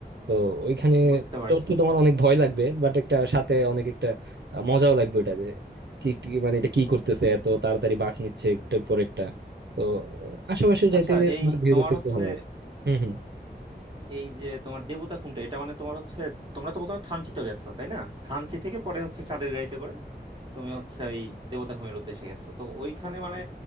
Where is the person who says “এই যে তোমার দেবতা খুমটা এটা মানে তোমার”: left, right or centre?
Right